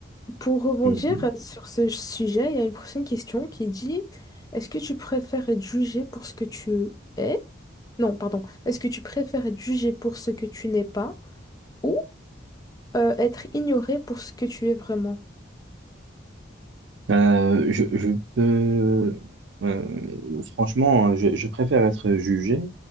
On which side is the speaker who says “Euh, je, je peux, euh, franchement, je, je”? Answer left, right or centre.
Right